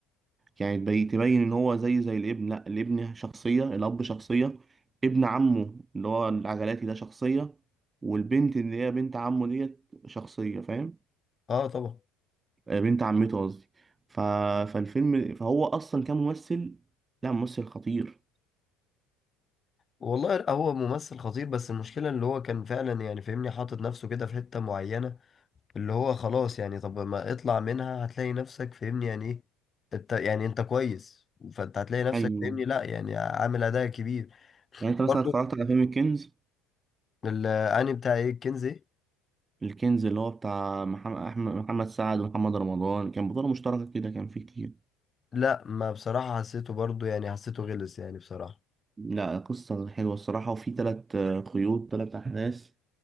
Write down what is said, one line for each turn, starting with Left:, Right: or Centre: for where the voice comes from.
Right: يعني تبي- تبين إن هو زي زي الابن لأ الابن شخصية الأب شخصية ابن عمه اللي هو العجلاتي ده شخصية والبنت اللي هي بنت عمه ديت شخصية فاهم
Left: اه طبعا
Right: آه، بنت عمته قصدي ف... فالفيلم فهو أصلا كان ممثل لا ممثل خطير
Left: والله هو ممثل خطير بس المشكلة اللي هو كان فعلا يعني فاهمني حاطط نفسه كده في حتة معينة اللي هو خلاص يعني طب ما اطلع منها هتلاقي نفسك فاهمني يعني ايه انت يعني انت كويس فانت هتلاقي نفسك
Right: أيوه
Left: فاهمني لا يعني عامل اداء كبير
Right: يعني أنت مثلا
Left: برضه
Right: اتفرجت على فيلم الكنز
Left: الاني بتاع ايه الكنز ايه
Right: الكنز اللي هو بتاع محمد أحمد محمد سعد ومحمد رمضان كان بطولة مشتركة كده كان فيه كتير
Left: لا ما بصراحة حسيته برضه يعني حسيته غلس يعني بصراحة
Right: لا قصة حلوة الصراحة وفي تلات آه، قيود تلات أحداث